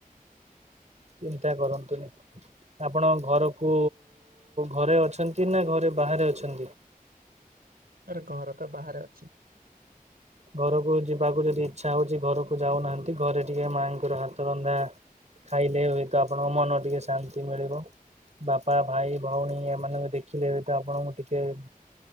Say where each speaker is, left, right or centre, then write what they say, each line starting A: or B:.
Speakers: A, on the right; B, on the right.
A: ଚିନ୍ତା କରନ୍ତୁନି। ଆପଣ ଘରକୁ ଘରେ ଅଛନ୍ତି ନା ଘରେ ବାହାରେ ଅଛନ୍ତି।
B: ଆରେ ଘର ତ ବାହାରେ ଅଛି।
A: ଘରକୁ ଯିବାକୁ ଯଦି ଇଚ୍ଛା ହଉଛି ଘରକୁ ଯାଉନାହାନ୍ତି ଘରେ ଟିକେ ମାଇଁ ଙ୍କର ହାତ ରନ୍ଧା। ଖାଇଲେ ହୁଏତ ଆପଣଙ୍କ ମନ ଟିକେ ଶାନ୍ତି ମିଳିବ। ବାପା ଭାଇ ଭଉଣୀ ଏମାନଙ୍କୁ ଦେଖିଲେ ବି ତ ଆପଣଙ୍କୁ ଟିକେ।